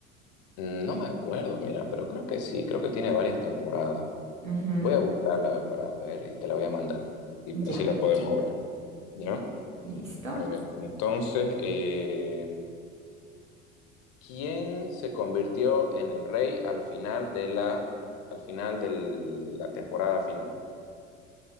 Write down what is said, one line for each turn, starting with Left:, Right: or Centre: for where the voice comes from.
Left: Mm, No me acuerdo, mira, pero creo que sí, creo que tiene varias temporadas.
Right: Ujú,
Left: Voy a buscarla a ver para ver y te la voy a mandar. y
Right: Ya.
Left: así la podemos ver. ¿Ya?
Right: Listo.
Left: A ver, entonces, eh, ¿Quién se convirtió en el rey al final de la, al final de la temporada final?